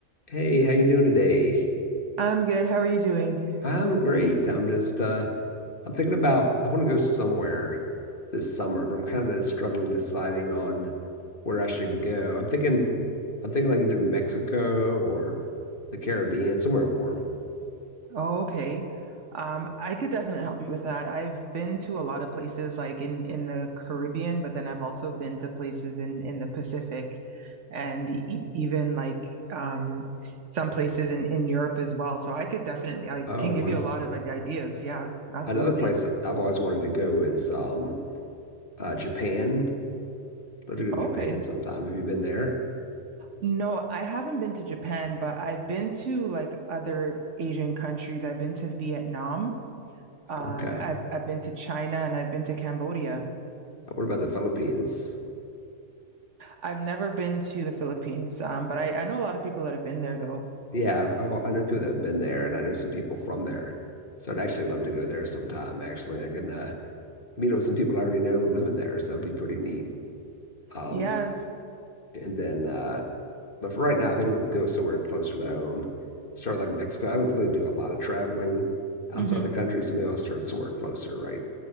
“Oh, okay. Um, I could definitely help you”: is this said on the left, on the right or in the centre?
Right